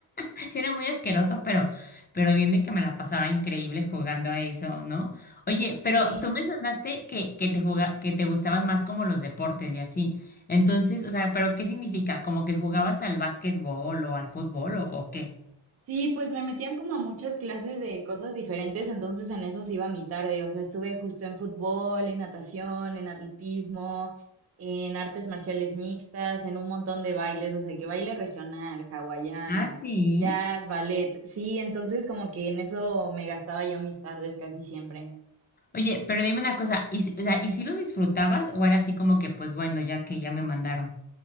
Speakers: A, on the left; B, on the right.
A: Sí, era muy asqueroso, pero, pero bien de que me la pasaba increíble jugando a eso, ¿no? Oye, pero
B: Sí,
A: tú mencionaste que, que te juga- que te gustaban más como los deportes y así. Entonces, o sea, ¿pero qué significa? ¿Como que jugabas al básquetbol o al fútbol o, o qué?
B: sí, pues me metían como a muchas clases de cosas diferentes, entonces en eso se iba mi tarde, o sea, estuve justo en fútbol, en natación, en atletismo, en artes marciales mixtas, en un montón de bailes, o sea, que baile regional, hawaiano,
A: Ah, sí.
B: jazz, ballet, sí, entonces como que en eso me gastaba yo mis tardes casi siempre.
A: Oye, pero dime una cosa, ¿y, si- o sea, ¿y si lo disfrutabas o era así como que, pues bueno, ya que ya me mandaron?